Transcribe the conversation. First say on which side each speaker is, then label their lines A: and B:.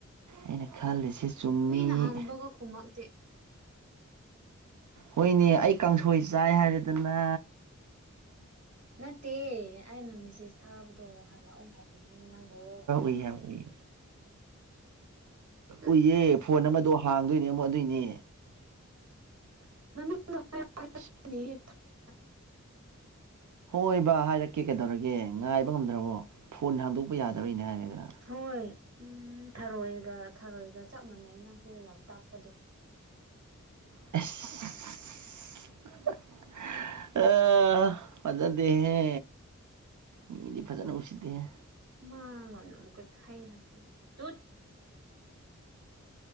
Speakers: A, on the right; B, on the right.
A: ꯑꯩꯅ ꯈꯜꯂꯤꯁꯤ ꯆꯨꯝꯃꯤ
B: ꯃꯤꯅ ꯍꯪꯕꯒ ꯈꯨꯝꯃꯛꯇꯦ
A: ꯍꯣꯏꯅꯦ ꯑꯩ ꯀꯥꯡꯁꯣꯏ ꯆꯥꯏ ꯍꯥꯏꯔꯗꯅ
B: ꯅꯠꯇꯦ ꯑꯩꯅ ꯃꯦꯁꯦꯁ ꯊꯥꯕꯗꯣ ꯍꯜꯂꯛꯑꯣ ꯍꯥꯏꯕꯅꯦ ꯅꯪꯕꯣ
A: ꯏ ꯌꯥꯝ ꯑꯣꯏ
B: ꯎꯝ
A: ꯎꯏꯌꯦ ꯐꯣꯟ ꯑꯃꯗꯣ ꯍꯥꯡꯗꯣꯏꯅꯦ ꯑꯗꯨꯏꯅꯦ
B: ꯃꯃꯤꯡ <unintelligible>
A: ꯑꯁ
B: <inaudible>
A: ꯍꯣꯏ ꯕꯥ ꯍꯥꯏꯔꯛꯀꯦ ꯀꯩꯗꯧꯔꯒꯦ ꯉꯥꯏꯕ ꯉꯝꯗ꯭ꯔꯕꯣ ꯐꯣꯟ ꯍꯥꯡꯗꯣꯛꯄ ꯌꯥꯗꯕꯩꯅꯦ ꯍꯥꯏꯔꯦꯗꯅ
B: ꯍꯣꯏ ꯎꯝ ꯊꯔꯣꯏꯒ ꯊꯔꯣꯏꯒ ꯆꯞ ꯃꯥꯟꯅꯩ ꯅꯪꯁꯦ ꯌꯥꯝ ꯇꯞꯄꯗꯣ
A: <unintelligible> ꯑꯥ ꯐꯖꯥꯗꯦꯍꯦ ꯃꯤꯗꯤ ꯐꯖꯅ ꯎꯁꯤꯠꯇꯦꯍꯦ
B: ꯃꯥ ꯉꯣꯟ ꯑꯃꯨꯛ ꯊꯩꯔꯛꯀꯦ ꯇꯨꯠ